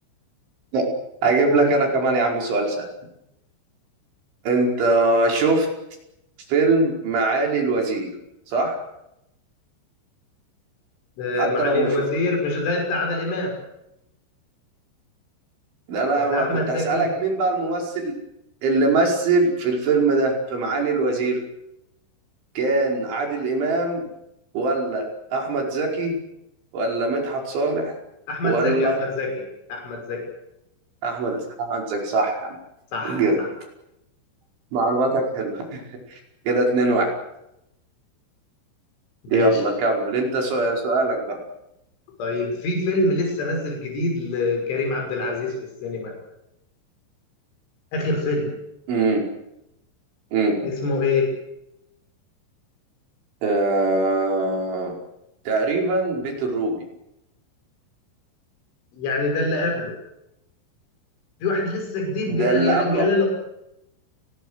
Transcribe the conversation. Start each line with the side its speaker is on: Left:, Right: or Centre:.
Right: لا هجيب
Left: قول
Right: لك أنا كمان يا عم سؤال سهل أنت شفت فيلم معالي الوزير صح؟
Left: آه،
Right: حتى
Left: معالي
Right: لو ما
Left: الوزير
Right: شفتوش
Left: مش ده بتاع عادل امام
Right: ده انا
Left: ولا
Right: ما
Left: احمد
Right: كنت
Left: زكي
Right: هسألك مين بقى الممثل اللي مثل في الفيلم ده في معالي الوزير كان عادل إمام ولا احمد زكي ولا مدحت صالح
Left: احمد
Right: ولا
Left: زكي احمد زكي احمد زكي
Right: احمد زكي؟ احمد زكي صح يا عم
Left: صح
Right: جامد
Left: صح
Right: معلوماتك حلوه كده اتنين واحد
Left: ماشي
Right: يلا كمل انت سؤال سؤالك بقى
Left: طيب في فيلم لسه نزل جديد لكريم عبد العزيز في السينما اخر فيلم
Right: امم امم
Left: اسمه ايه
Right: آه... تقريبا بيت الروبي
Left: يعني ده اللي قبله في واحد لسه جديد بي
Right: ده اللي
Left: يعني
Right: قبله
Left: بيعلنه